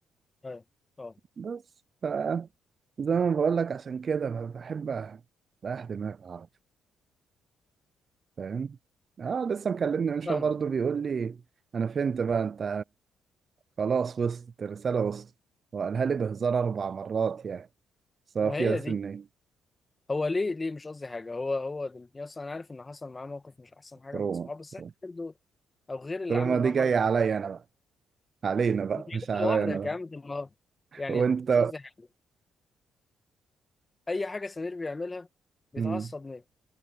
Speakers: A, on the left (about 20°); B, on the right (about 45°).
A: أيوه أه
B: بس فزي ما بقول لك عشان كده ما بحب أريح دماغي أعرف فاهم آه لسه مكلمني من شوية
A: فاهمة
B: برضه بيقول لي أنا فهمت بقى أنت خلاص وصلت الرسالة وصلت وقالها لي بهزار أربع مرات يعني بس هو
A: ما
B: فيها
A: هي
B: سنة
A: دي هو ليه ليه مش قصدي حاجة هو هو دلوقتي أصلا أنا عارف إن حصل معاه موقف مش أحسن حاجة
B: تروما
A: من صحابه بس
B: تروما
A: إحنا برضه أو غير اللي
B: تروما
A: عمل
B: دي
A: معاه
B: جاية
A: حركة
B: عليا أنا بقى علينا بقى
A: مش
B: مش
A: انت
B: عليا
A: لوحدك
B: أنا بقى
A: يا عم دي المرة يعني
B: وأنت
A: مش قصدي حاجة أي حاجة سمير بيعملها بيتعصب
B: مم.
A: ليه